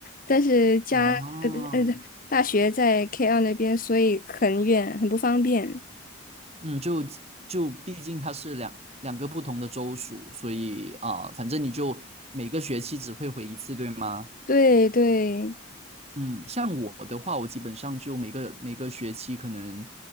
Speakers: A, on the left; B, on the right.
A: 但是家呃不是呃对大学在
B: 哦，
A: k 二那边，所以很远，很不方便。
B: 嗯，就就毕竟它是两两个不同的州属，所以啊、反正你就每个学期只会回一次，对吗？
A: 对对，
B: 嗯，像我的话，我基本上就每个每个学期可能，